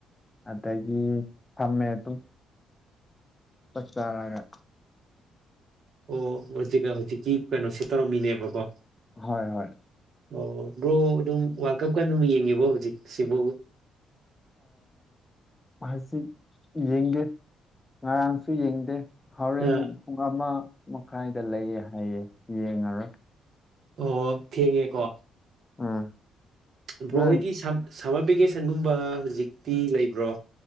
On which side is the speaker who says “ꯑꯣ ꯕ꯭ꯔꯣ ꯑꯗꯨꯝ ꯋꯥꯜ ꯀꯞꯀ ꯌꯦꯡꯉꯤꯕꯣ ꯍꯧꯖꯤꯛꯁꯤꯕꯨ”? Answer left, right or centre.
Right